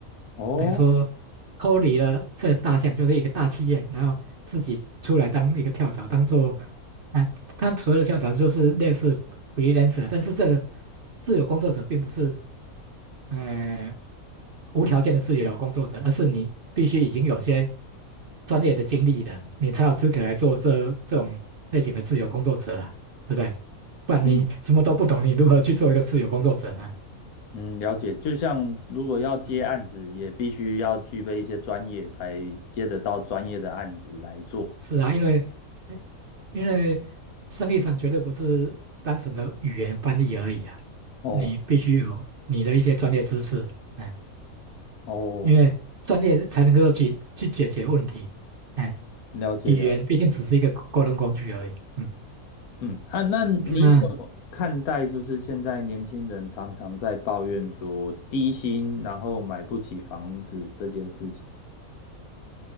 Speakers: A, on the left; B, on the right.
A: 哦，
B: 等于说脱离了这大象就是一个大企业，然后自己出来当一个跳蚤，当做啊，他所谓的跳蚤就是类似 freelancer，但是这个自由工作者并不是。呃无条件的自由工作者，而是你必须已经有些专业的经历了，你才有资格来做这这种类型的自由工作者啊，对不对？不然你什么都不懂，
A: 嗯
B: 你如何去做一个自由工作者呢？
A: 嗯，了解。就像如果要接案子，
B: 嗯，
A: 也必须要具备一些专业，才接得到专业的案子来做。
B: 是啊，因为哎因为生意上绝对不是单纯的语言翻译而已啊，
A: 哦
B: 你必须有你的一些专业知识，哎，
A: 哦，
B: 因为专业才能够去去解决问题，哎。
A: 了解了解
B: 语言毕竟只是一个沟通工具而已。嗯，
A: 嗯啊，那你怎么看待就是现在年轻人常常在抱怨说低薪，
B: 那嗯
A: 然后买不起房子这件事情？